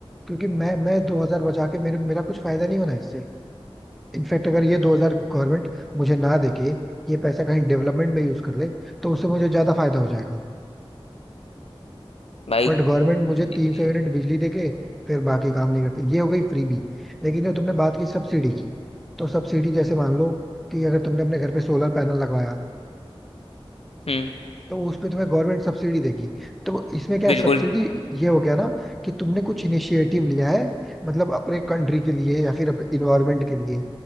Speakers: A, in the centre; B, on the left.
A: क्योंकि मैं मैं 2000 बचा के मेरे मेरा कुछ फायदा नहीं होना इससे इनफैक्ट अगर ये 2000 गवर्नमेंट मुझे ना देके ये पैसा कहीं डेवलपमेंट में यूज कर ले तो उससे मुझे ज्यादा फायदा हो जाएगा
B: भाई
A: बट गवर्नमेंट मुझे
B: हाँ
A: 300 यूनिट बिजली देके फिर बाकी काम नहीं करती ये हो गई फ्रीबी लेकिन जो तुमने बात की सब्सिडी की तो सब्सिडी जैसे मान लो कि अगर तुमने अपने घर पे सोलर पैनल लगवाया
B: हम्म
A: तो उस पे तुम्हें गवर्नमेंट सब्सिडी देगी तो इसमें क्या
B: बिल्कुल
A: है सब्सिडी ये हो गया ना कि तुमने कुछ इनिशिएटिव लिया है मतलब अपने कंट्री के लिए या फिर इन्वायरमेंट के लिए